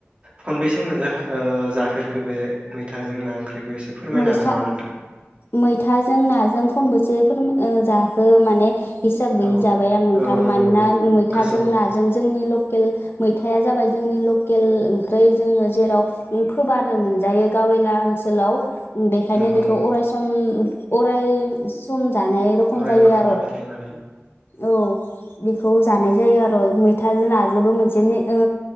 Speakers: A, on the right (about 25°); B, on the left (about 55°).
A: खनबेसो मोनजा ओ जाफेरखो बे मैथांजों ना ओंख्रिखौ। एसे फोरमायनो
B: मैसा
A: हागोन नामा नोंथां।
B: मैथाजों नाजों खनबसे फोर ओ जाखो माने। हिसाब गैयि
A: औ
B: जाबाय आं नोंथां
A: औ नंगौ
B: मानोना
A: नंगौ
B: मैथाजों
A: गोसोआव
B: नाजों जोंनि लकेल। मैथाया जाबाय जोंनि लकेल ओंख्रै जोङो जेराव फोबानो मोनजायो गावेला ओनसोलाव। बेखायनो
A: नंगौ
B: बेखौ
A: नंगौ
B: अराय सम अराय सम जानाय रखम
A: अराय
B: जायो
A: माहा
B: आरो
A: थाबाय थायो नालाय
B: औ बेखौ जानाय जायो आरो मैथाजों नाजोंबो मोनसे ओ